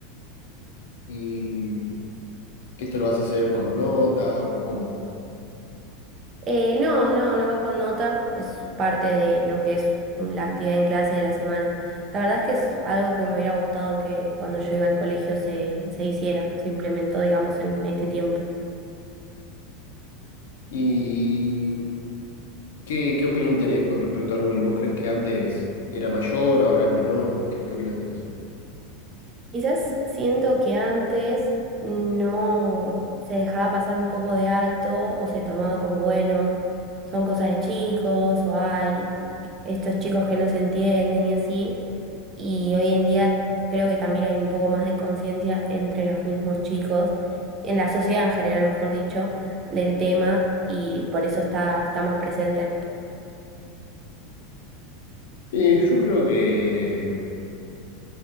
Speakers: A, on the left; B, on the right.
A: ¿Y qué esto lo vas a hacer con nota o cómo?
B: Eh, no, no, no va con nota, es parte de lo que es un- la actividad en clase de la semana. La verdad es que es algo que me hubiera gustado que cuando yo iba al colegio se, se hiciera, se implementó, digamos, en este tiempo.
A: ¿Y qué, qué opinión tenés con respecto al bullying? ¿Vos crees que antes era mayor, ahora es menor? ¿Qué, qué opinás de eso?
B: Quizás siento que antes no se dejaba pasar un poco de alto o se tomaba como, bueno, son cosas de chicos o hay estos chicos que no se entienden y así. Y hoy en día creo que también hay un poco más de conciencia entre los mismos chicos, en la sociedad en general, mejor dicho, del tema y por eso está, está más presente.
A: Sí, yo creo que,